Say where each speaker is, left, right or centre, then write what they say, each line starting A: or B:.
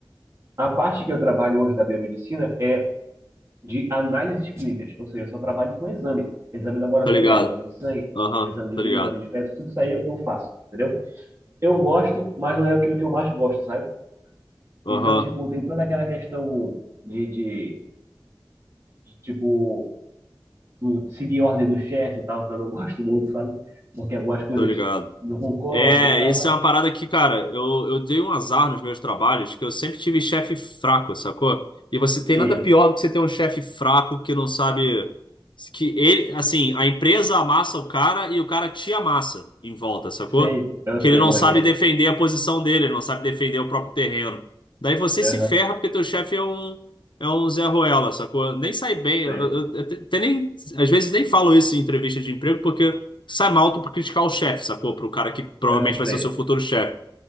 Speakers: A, on the right; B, on the left.
A: A parte que eu trabalho hoje da biomedicina é de análises clínicas, ou seja, eu só trabalho com exame, exame laboratorial,
B: Tô ligado.
A: exame de sangue,
B: Aham,
A: exame de
B: tô
A: urina,
B: ligado.
A: exame de fezes, tudo isso aí eu eu faço, entendeu? eu gosto, mas não é aquilo que eu mais gosto, sabe?
B: Aham,
A: Então, tipo, tem toda aquela questão de, de, de, tipo, tu seguir a ordem do chefe e tal, que eu não <laughs> gosto muito, sabe? Porque algumas coisas
B: tô ligado.
A: eu não concordo
B: É,
A: e tal,
B: isso
A: mas
B: é uma parada que, cara, eu, eu dei um azar nos meus trabalhos, que eu sempre tive chefe fraco, sacou? E você tem
A: sei,
B: nada pior do que você ter um chefe fraco que não sabe que ele, assim, a empresa amassa o cara e o cara te amassa em volta, sacou?
A: sei, eu
B: Que
A: sei
B: ele não
A: como
B: sabe
A: é que é.
B: defender a posição dele, ele não sabe defender o próprio terreno. Daí você
A: Aham,
B: se ferra porque teu chefe é um é um Zé Ruela, sacou? Nem sai bem, eu,
A: sei,
B: eu, eu te- te nem às vezes nem falo isso em entrevista de emprego porque sai mal tu por criticar o chefe, sacou? Pro cara que provavelmente
A: eu
B: vai
A: sei,
B: ser o seu futuro chefe.